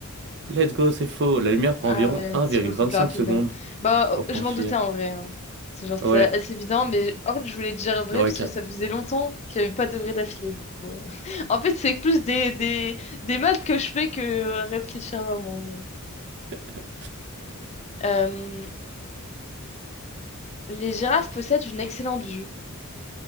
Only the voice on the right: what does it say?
Let's go, c'est faux. La lumière prend
environ
1,25
secondes
pour
franchir.
Ouais,
ouais,
quatre
<coughs>
<laughs>